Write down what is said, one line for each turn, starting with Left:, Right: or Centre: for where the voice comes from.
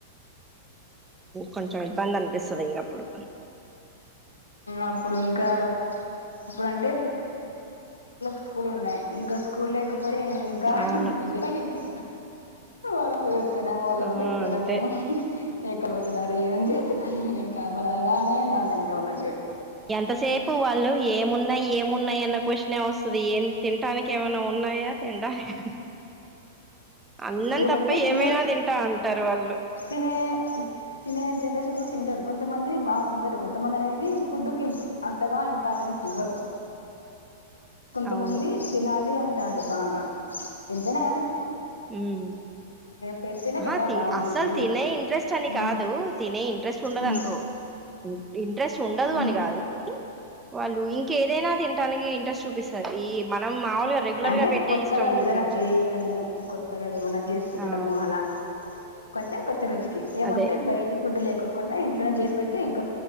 Right: కొంచెం ఇబ్బంది అనిపిస్తది ఇంకప్పుడు
Left: అప్పుడు ఇంకా ఇప్పుడంటే స్కూల్ ఉన్నాయి ఇంకా స్కూళ పో ఇంకా
Right: అవును
Left: ఇదివనికా వ ఎక్కడం వాళ్ళకు
Right: ఆ
Left: పెట్టడం
Right: అంతే
Left: లేక్కపోతున్నారు ఏం చేస్తున్నారు అని కాపలాగానే ఉండాలి ఇంక వాళ్ళకి
Right: ఎంతసేపు వాళ్ళు ఏమున్నాయి ఏమున్నాయి అన్న క్వశన్ నేమస్ అస ఏం తినాటానికి ఏమైనా ఉన్నాయా తిండానికి అన్నం
Left: ఏమంటే
Right: తప్ప
Left: పిల్లలు
Right: ఏమైనా తింటా అంటారు వాళ్ళు
Left: తినే తినే జనరేషన్ లో తిందడు కొంతమంది బా తిందడు కొంతమంది అనేది ఫుడ్ కి అంతగా ఇంపార్టెన్స్ ఇవ్వరు కొంతమంది
Right: అవును
Left: తినాలి అంటే బాగా ఏంటనే
Right: మ్మ్
Left: పెడితేనే
Right: ఆహా
Left: కదా బాగుండేది
Right: అసలు తినే ఇంట్రెస్ట్ అని
Left: ఉమ్
Right: కాదు తినే ఇంట్రెస్ట్ ఉండదు
Left: ఉమ్
Right: అన్నారు ఇంట్రెస్ట్ ఉండదు
Left: ఉమ్
Right: అని కాదు వాళ్ళు ఇంక ఏదైనా తింటానికి ఇంట్రెస్ట్ చూపిస్తారు ఈ మనం మాముూలుగా రెగ్యులర్
Left: అంటే
Right: గా పెట్టే
Left: కొత్తగా
Right: ఇష్టం చూపించరు
Left: ఏదైనా చేయడము కొత్తగా ఏమన్నా చేసి పెట్టడము
Right: ఆ
Left: అలా కొంచెమ్ కొతి రోజుకి ఏమంటే
Right: అదే
Left: బయటి ఫుడ్ లేక కుండా ఇంట్లోనే చేసి పెడితే ఇంకా